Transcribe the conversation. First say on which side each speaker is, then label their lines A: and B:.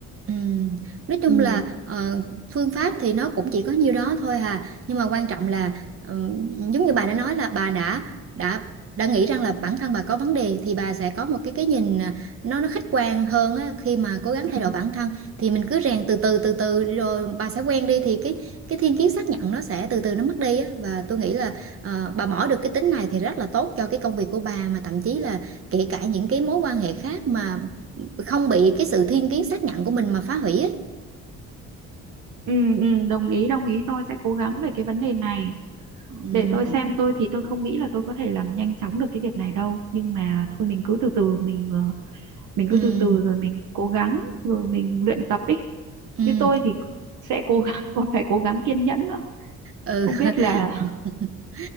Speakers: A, on the right (about 45°); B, on the right (about 80°).
A: Ừm, Nói chung
B: ừ.
A: là ờ, phương pháp thì nó cũng chỉ có nhiêu đó thôi hà nhưng mà quan trọng là ừm, giống như bà đã nói là bà đã đã đã nghĩ rằng là bản thân bà có vấn đề thì bà sẽ có một cái cái nhìn à, nó nó khách quan hơn á, khi mà cố gắng
B: Ừ.
A: thay đổi bản thân thì mình cứ rèn từ từ từ từ rồi bà sẽ quen đi thì cái cái thiên kiến xác nhận nó sẽ từ từ nó mất đi á. Và tôi nghĩ là ờ, bà bỏ được cái tính này thì rất là tốt cho cái công việc của bà mà thậm chí là kể cả những cái mối quan hệ khác mà không bị cái sự thiên kiến xác nhận của mình mà phá hủy ấy.
B: Ừ, ừ, đồng ý đồng ý tôi sẽ cố gắng về cái vấn đề này
A: Ừ,
B: để tôi xem tôi thì tôi không nghĩ là tôi có thể làm nhanh chóng được cái việc này đâu nhưng mà thôi mình cứ từ từ mình ờ, mình
A: ừ,
B: cứ từ từ rồi mình cố gắng rồi mình luyện tập ý
A: ừ,
B: như tôi thì sẽ cố gắng <laughs> còn phải cố gắng kiên nhẫn nữa
A: ừ.
B: không biết là
A: <laughs>